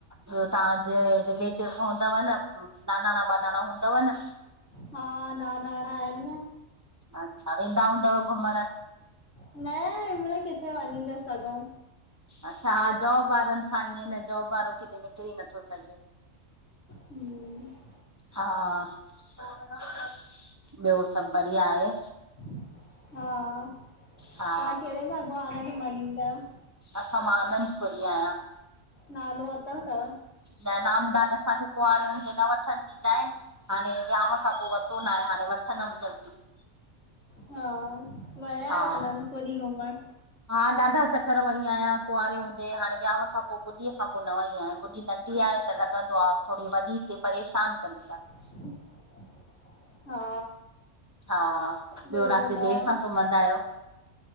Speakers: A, on the right; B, on the left.
A: ॿियो तव्हांजे रिलेटिव हूंदव न नानाणा वानाणा हूंदव न।
B: हा नानाणा आहिन।
A: अच्छा वदाऊूं दव घुमण।
B: न हिन मल किथे वञी ता सगो।
A: अच्छा हा जॉब वारनि सां ईअ न जॉब वारो किथे निकरी नथो सघे।
B: ॿियो
A: हा -- ॿियो सभु बढ़िया आहे।
B: हा तव्हां
A: हा
B: कहिड़े भॻवान खे मञींदव।
A: असां मां आनंदपुरी ई आहियां।
B: नालो अत तव।
A: न नामदान असांखे कुआरेजे न वठ। वठणु ॾींदा आहिन हाणे विहांउ खां पोइ वरितो न आहे हाणे वठंदम जल्दी --
B: हा व आनंद
A: हा
B: परी घुमण?
A: हा ॾाढा चकर वई आहियां कुआरे हूंदे हाणे विांउ खां पोइ। गुॾीअ खां पोइ न वई आहियां गुॾी नंढी आहे त लॻंदो आहे थोरी वॾी थिए परेशान कंदी आहे।
B: हम्म -- हा
A: हा
B: ॿियो
A: राति
B: ॿुधायो।
A: देरि सां सुम्हंदा आहियो?